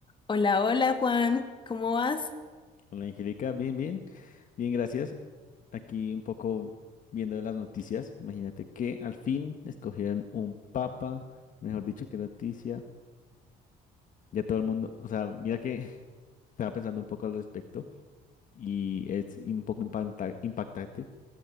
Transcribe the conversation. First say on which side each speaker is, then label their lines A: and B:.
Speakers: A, on the left; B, on the left.
A: Hola, hola Juan, ¿cómo vas?
B: Hola Angélica, bien, bien, bien, gracias. Aquí un poco viendo las noticias. Imagínate que al fin escogieron un papa, mejor dicho, qué noticia. Ya todo el mundo, o sea, mira que <laughs> estaba pensando un poco al respecto y es un poco impacta- impactante